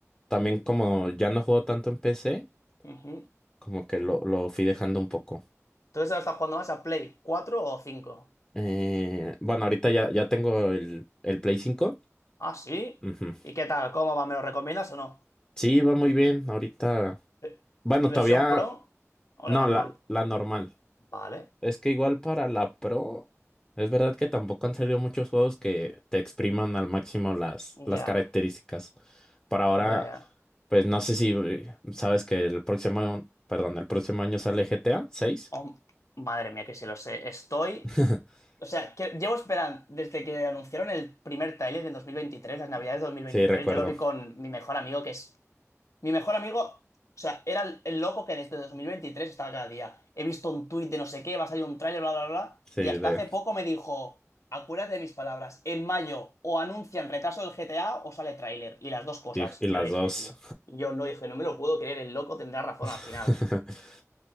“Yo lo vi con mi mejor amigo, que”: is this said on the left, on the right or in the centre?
Left